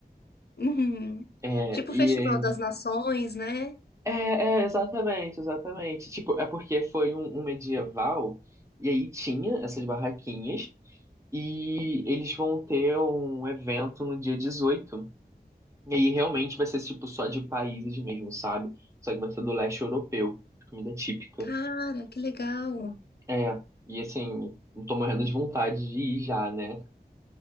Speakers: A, on the left; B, on the right.
A: uhum.
B: É,
A: Tipo
B: e
A: o Festival das Nações, né?
B: é, é, é, exatamente, exatamente. Tipo, é porque foi um, um medieval e aí tinha essas barraquinhas e eles vão ter um evento no dia dezoito E aí realmente vai ser tipo só de países mesmo, sabe? Só que vai ser do leste europeu, comida típica.
A: Cara, que legal.
B: É, e assim, não tô morrendo de vontade de ir já, né?